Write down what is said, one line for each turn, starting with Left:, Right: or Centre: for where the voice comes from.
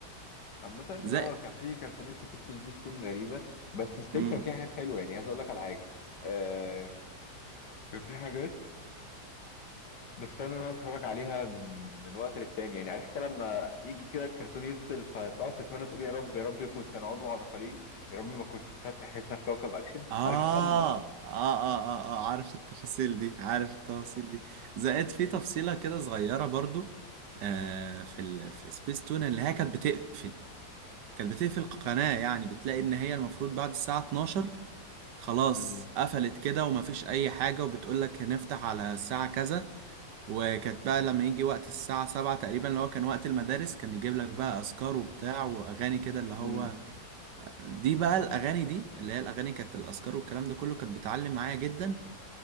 Left: عامة
Right: زي
Left: اه كان في كرتونات كتير في سبيس تون غريبة بس ستيل
Right: امم
Left: كان في حاجات حلوة يعني عايز اقول لك على حاجة آه كان في حاجات بستنى ان انا اتفرج عليها من من وقت للتاني يعني عرفت لما يجي كده الكرتون يفصل فتقعد تتمنى تقول يا رب يا رب يكون سنعود بعد قليل يا رب ما كنتش انتهت رحلتنا في كوكب اكشن
Right: آه.
Left: عارف انت ال-
Right: آه, آه, اه اه عارف التفاصيل دي عارف التفاصيل دي زائد في تفصيلة كده صغيرة برضو آه في ال... في سبيس تون اللي هي كانت بتقفل كانت بتقفل قناة يعني بتلاقي ان هي المفروض بعد الساعة 12 خلاص
Left: مم.
Right: قفلت كده ومفيش اي حاجة وبتقول لك هنفتح على الساعة كذا وكانت بقى لما يجي وقت الساعة سبعة تقريبا اللي هو كان وقت المدارس كان يجيب لك بقى أذكار وبتاع وأغاني كده اللي هو
Left: مم.
Right: دي بقى الأغاني دي اللي هي الأغاني كانت الأذكار والكلام ده كله كانت بتعلم معايا جدا